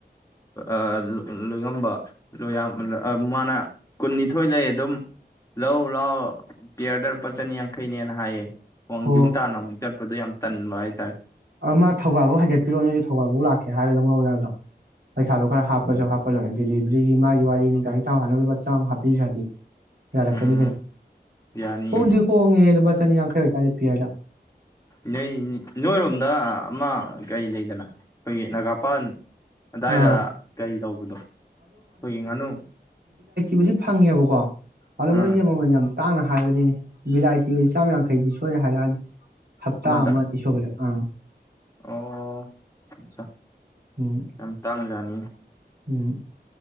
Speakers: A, on the left (about 20°); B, on the right (about 70°).
A: ꯑꯥꯗꯨ ꯂꯣꯏꯉꯝꯕ ꯂꯣꯏ ꯌꯥꯝ ꯑꯥ ꯃꯥꯅ ꯀꯨꯟꯅꯤꯊꯣꯏ ꯂꯩ ꯑꯗꯨꯝ ꯂꯧ ꯂꯥꯎ ꯄꯤꯌꯔꯗ ꯂꯨꯄꯥ ꯆꯅꯤ ꯌꯥꯡꯈꯩꯅꯦꯅ ꯍꯥꯏꯌꯦ ꯋꯥꯥꯡꯖꯤꯟ
B: ꯑꯣ
A: ꯇꯥꯅ ꯑꯃꯨꯛ ꯆꯠ ꯑꯗꯨ ꯌꯥꯝ ꯇꯟꯕ ꯍꯥꯏꯇꯥꯔꯦ
B: ꯑ ꯃꯥ ꯊꯧꯕꯥꯜꯕꯣ ꯍꯥꯏꯒꯠꯄꯤꯔꯛꯑꯣ ꯅꯣꯏꯗꯤ ꯊꯧꯕꯥꯜꯐꯥꯎ ꯂꯥꯛꯀꯦ ꯍꯥꯏꯔꯒ ꯂꯧꯅꯧ ꯌꯥꯗ꯭ꯔꯣ ꯄꯩꯁꯥꯗꯣ ꯈꯔ ꯍꯥꯞꯄꯁꯨ ꯍꯥꯞꯄ ꯂꯣꯏꯔ ꯗꯦꯂꯤꯚꯔꯤꯒꯤ ꯃꯥꯒꯤ ꯋꯥꯔꯤꯅꯤ ꯃꯥꯒꯤ ꯒꯥꯔꯤ ꯊꯥꯎ ꯍꯥꯅꯕ ꯂꯨꯄꯥ ꯆꯥꯝꯃ ꯍꯥꯞꯄꯤꯈ꯭ꯔꯗꯤ ꯌꯥꯔ
A: ꯎꯝ
B: ꯀꯅꯤ ꯀꯩꯅꯣ
A: ꯌꯥꯅꯤꯌꯦ
B: ꯍꯣꯡꯗꯤ ꯍꯣꯉꯦꯍꯦ ꯂꯨꯄꯥ ꯆꯅꯤ ꯌꯥꯡꯈꯩ ꯑꯣꯏꯇꯥꯔꯦ ꯄꯤꯌꯥꯔꯗ
A: ꯅꯣꯏ ꯅꯣꯏꯔꯣꯝꯗ ꯑꯃ ꯀꯔꯤ ꯂꯩꯗꯅ ꯈꯣꯏꯒꯤ ꯅꯒꯥꯄꯥꯟ ꯑꯗꯨꯗꯥꯏꯗ
B: ꯑꯥ
A: ꯀꯔꯤ ꯇꯧꯕꯗꯣ ꯑꯩꯈꯣꯏꯒꯤ ꯉꯥꯅꯨ
B: ꯕꯨꯗꯤ ꯐꯪꯉꯦꯕꯀꯣ ꯑꯗꯣ ꯃꯣꯏꯗꯤ
A: ꯑꯥ
B: ꯃꯃꯜ ꯌꯥꯝ ꯇꯥꯡꯅ ꯕꯅꯤꯅꯦ ꯚꯤꯂꯥꯏꯇꯤꯒꯗꯤ ꯆꯥꯝꯃ ꯌꯥꯡꯈꯩꯗꯤ ꯁꯣꯏꯅ ꯍꯥꯏꯔꯛꯑꯅꯤ ꯍꯠꯇ
A: ꯑꯃꯗ
B: ꯑꯃꯅꯤ ꯁꯨꯕꯗ ꯑꯥ
A: ꯑꯣ ꯑꯆꯥ
B: ꯎꯝ
A: ꯑꯝ ꯇꯥꯡꯉꯤ ꯑꯝ
B: ꯎꯝ